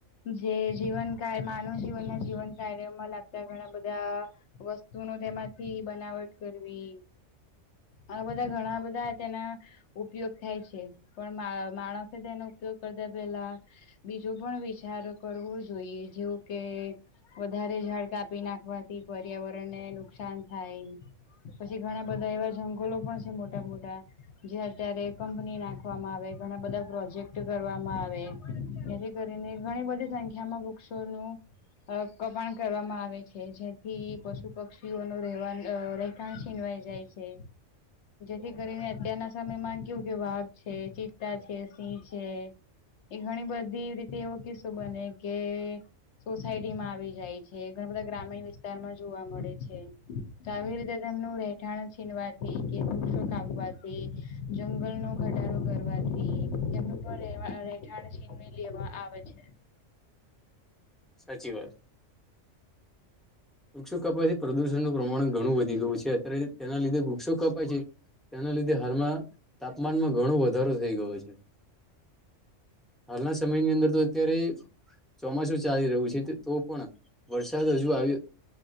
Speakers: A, on the left (about 65°); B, in the centre.
A: જે જીવન કાયમાં, માનવ જીવનના જીવન કાયૉમાં લાગતા ઘણા બધા વસ્તુનું તેમાંથી બનાવટ કરવી. આ બધા ઘણા બધા તેના ઉપયોગ થાય છે પણ માણસે તેનો ઉપયોગ કરતા પેલા બીજો પણ વિચાર કરવો જોઈએ જેવું કે વધારે ઝાડ કાપી નાખવાથી પર્યાવરણ ને નુકસાન થાય પછી ઘણા બધા એવા જંગલો પણ છે મોટા મોટા જે અત્યારે કંપની નાખવામાં આવે ઘણા બધા પ્રોજેક્ટ કરવામાં આવે કરીને ઘણી બધી સંખ્યામાં વૃક્ષોનું કબાણ કરવામાં આવે છે, જેથી પશુ, પક્ષીઓનું રહેવા થાણ છીનવાઈ જાય છે. જેથી કરીને અત્યારના સમયમાં કેવું કેયો વાઘ છે, ચિત્તા છે, સિંહ છે. એ ઘણી બધી રીતે એવો કિસ્સો બને કે સોસાયટીમાં આવી જાય છે. ઘણા બધા ગ્રામીણ વિસ્તારમાં જોવા મળે છે. તો આવી રીતે તેમનું રહેઠાણ છીનવા થઈ કે- કાપવાથી જંગલનો ઘટાડો કરવાથી એમનું પણ રહેઠાણ લેવા આવે છે.
B: સાચી વાત. વૃક્ષો કપાય છે. પ્રદુષણનું પ્રમાણ ઘણું વધી ગયું છે. અત્યારે તેના લીધે વૃક્ષો કપાય છે. તેના લીધે હાલમાં, તાપમાનમાં ઘણો વધારો થઈ ગયો છે. હાલના સમયની અંદર તો અત્યારે ચોમાસું ચાલી રહ્યું છે તો પણ વરસાદ હજુ આવી